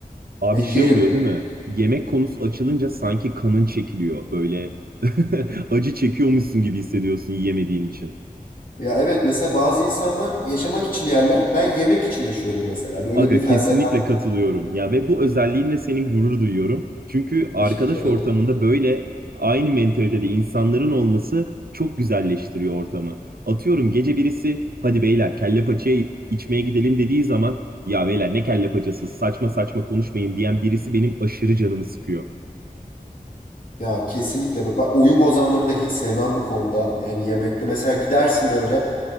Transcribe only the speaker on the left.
Yani
yerim.
Ya evet mesela bazı insanlar yaşamak için yerler. Ben yemek için yaşıyorum mesela. Böyle
bir felsefem
var.
Teşekkür ederim.
Ya kesinlikle. Bak bak oyun bozanları da hiç sevmem bu konuda. Yani yemekte mesela gidersin böyle